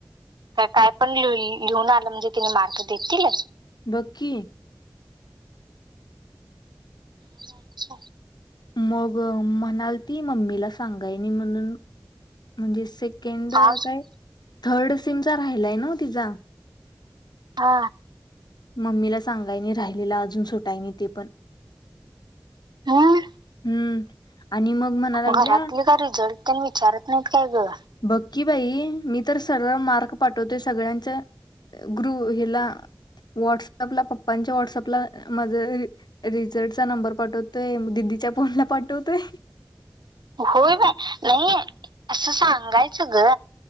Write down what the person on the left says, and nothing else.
बघ की
मग म्हणालती, मम्मीला सांगाय नाही म्हणून म्हणजे सेक् केड
काय थर्ड सिमचा राहिलाय न्हव, तिचा
मम्मीला सांगायनी राहिलेला अजून सुटायनी ते पण
हम्म आणि मग म्हणा लागल्या
बघ की बाई, मी तर सरळ मार्क पाठवतोय सगळ्यांच्या ग्रु हिला व्हॉट्सअपला पप्पांच्या व्हॉटसअपला माझ रिझल्टचा नंबर पाठवतोय दिदीच्या फोनला पाठवतोय.